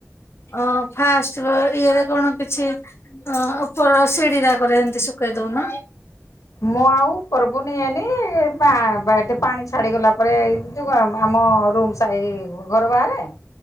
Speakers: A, on the left; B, on the left.
A: ଓ ଫାଷ୍ଟ ର ଇଏରେ କଣ କିଛି ଅ ଉପର ସିଡି ଯାକରେ ଏମିତି ଶୁଖେଇ ଦଉନ।
B: ମୁଁ ଆଉ କରବୁନି ଏନି ଏ ପାଣି ଛାଡ଼ିଗଲା ପରେ ଯଉ ଆମ ରୁମ୍ ସାଇ ଘର ବାହାରେ?